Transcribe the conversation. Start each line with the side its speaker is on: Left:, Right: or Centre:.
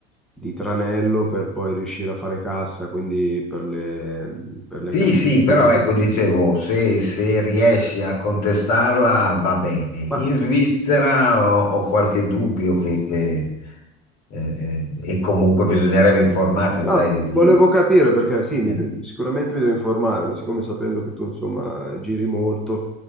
Centre: di tranello per poi riuscire a fare cassa, quindi per le, per le
Left: Sì,
Centre: casse
Left: sì,
Centre: dei
Left: però
Centre: comuni.
Left: ecco, dicevo, se, se riesci a contestarla va bene. In
Centre: Ma
Left: Svizzera ho, ho qualche dubbio che, che, eh, eh, e comunque bisognerebbe informarsi,
Centre: No,
Left: sai,
Centre: volevo
Left: lì.
Centre: capire
Left: lì-
Centre: perché sì, mi-
Left: eh.
Centre: sicuramente mi devo informare, ma siccome sapendo che tu insomma giri molto,